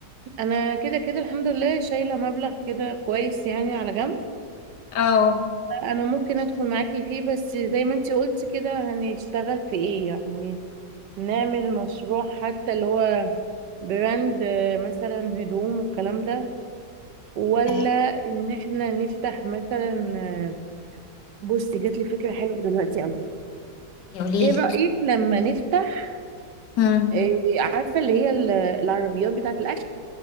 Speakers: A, on the right (about 80°); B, on the left (about 80°).
A: انا كده كده الحمد لله شايله مبلغ كده كويس يعني على جنب
B: اه
A: انا ممكن ادخل معاكي فيه بس زي ما انتي قلتي كده هنشتغل في ايه يعني نعمل مشروع حتى اللي هو براند آه، مثلا هدوم والكلام ده ولا
B: آه،
A: ان احنا نفتح مثلا آه، بصي جات لي فكره حلوه دلوقتي قوي.
B: قوليلي
A: ايه رأيك لما نفتح
B: مم.
A: آه، عارفة اللي هي ال- العربيات بتاعة الأكل